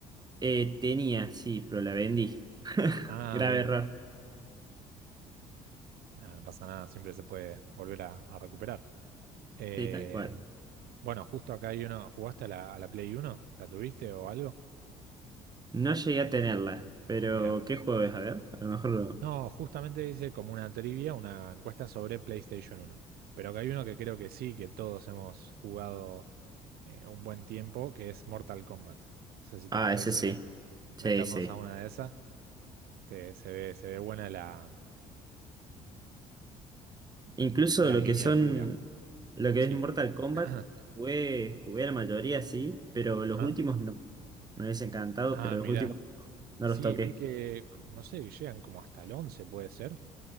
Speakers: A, on the right; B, on the right.
A: Eh, tenía, sí, pero la vendí. <laughs>
B: Ah,
A: Grave
B: bien.
A: error.
B: Ah, no pasa nada, siempre se puede volver a, a recuperar. Eh,
A: Sí, tal cual.
B: bueno, justo acá hay uno. ¿Jugaste a la, a la Play Uno? ¿La tuviste o algo?
A: No llegué a tenerla, pero
B: Mirá.
A: ¿qué juego es? A ver, a lo mejor lo...
B: No, justamente hice como una trivia, una encuesta sobre PlayStation uno. Pero que hay uno que creo que sí, que todos hemos jugado eh, un buen tiempo, que es Mortal Kombat. No sé si te
A: Ah,
B: parece
A: ese sí. Sí,
B: meternos
A: sí.
B: a una de esas. Te- se ve, se ve buena la,
A: Incluso
B: la
A: lo
B: miniatura.
A: que son, lo que
B: Sí.
A: es Mortal Kombat,
B: <clears throat>
A: jugué, jugué la mayoría sí, pero los
B: Ajá.
A: últimos no. Me hubiese encantado,
B: Ah,
A: pero
B: mirá.
A: los últimos no, no
B: Sí,
A: los toqué.
B: vi que, no sé, que llegan como hasta el 11, puede ser.